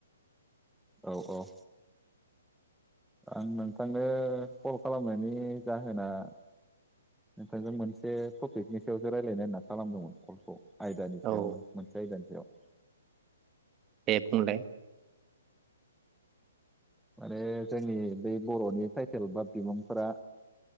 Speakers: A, in the centre; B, on the right.
A: औ औ आं नों थांनो कल खालामनायनि जाहोना नोंथांजों मोनसे टपिकनि सायावसो रायलायनो होनना खालामदोंमोन कलखौ आयदानि
B: औ
A: सायावमोन मोनसे आयदानि सायाव ।
B: दे बुंलाय ।
A: माने जोंनि बै बर'नि टाइटेल बा बिमुंफोरा